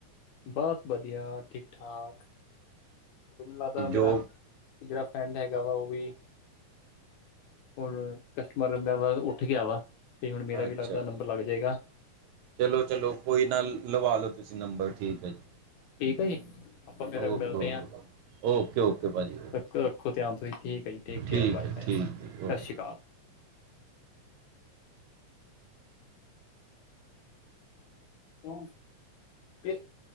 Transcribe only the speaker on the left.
ਬਸ ਵਧੀਆ, ਠੀਕ-ਠਾਕ ਔ ਮੈਨ ਲੱਗਦਾ ਮੇਰਾ
ਜੇੜਾ ਫਰੈਂਡ ਹੈਗਾ ਵਾ ਓਹ ਵੀ ਹੋਣ ਕਸਟਮਰ ਮੈਂ ਬਾਸ ਉੱਠ ਗਿਆ ਵਾ। ਤੇ ਹੁਣ ਮੇਰਾ
ਵੀ ਲੱਗਦਾ ਨੰਬਰ ਲੱਗ ਜੇਗਾ।
ਠੀਕ ਆ ਜੀ, ਅਪਾਂ ਫੇਰ
ਮਿਲਦੇ
ਆਂ।
ਰੱਖੋ ਰਖੋ ਧਿਆਨ, ਤੁਸੀਂ ਠੀਕ ਏਕੇ
ਆ ਬਾਏ-ਬਾਏ
ਸ ਸ਼੍ਰੀ ਕਾਲ। ਕੋਣ ਸੀ, ਫੇ